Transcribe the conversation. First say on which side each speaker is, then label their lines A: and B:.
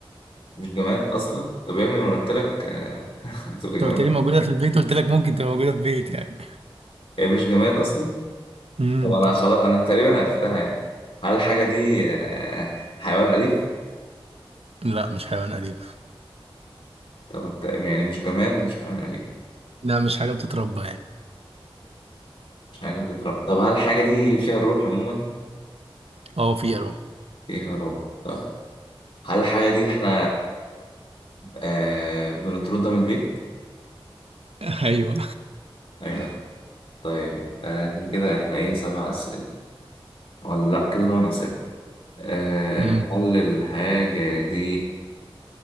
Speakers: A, on the left; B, on the right.
A: مش جماد اصلا طب يا ابني ما أنا قلت لك آه، <laughs> هتبقى
B: انت
A: جماد
B: قلت لي موجوده في البيت قلت لك ممكن تبقى موجوده في بيت يعني
A: هي مش جماد اصلا
B: امم
A: طب انا خلاص انا تقريبا عرفتها يعني هل الحاجه دي آه، حيوان اليف
B: لا مش حيوان اليف
A: طب أنت- يعني مش جماد ومش حيوان اليف
B: لا مش حاجه بتتربى يعني
A: مش حاجه بتتربى طب هل الحاجه دي فيها الروح عموما
B: اه في اروح
A: فيها روح طيب هل الحاجه دي احنا آه بنطردها من البيت
B: <laughs> ايوه
A: ايوه طيب آه، انا كده احنا ايه سبع اسئله ولا لا كده ثمان اسئله آه،
B: امم
A: قول الحاجة دي